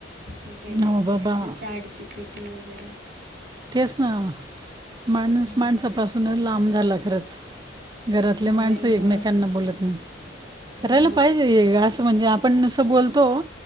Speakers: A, on the right; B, on the right.
A: हे केलेय,
B: हो बाबा
A: ते chat G P P T वगैरे.
B: तेच ना, माणूस
A: हा
B: माणसापासूनच लांब झाला खरंच. घरातले
A: मोबाईल
B: माणसं एकमेकांना
A: मुळं
B: बोलत नाहीत, करायला
A: हो
B: पाहिजे
A: तेच
B: असं म्हणजे आप- आपण नुस बोलतो.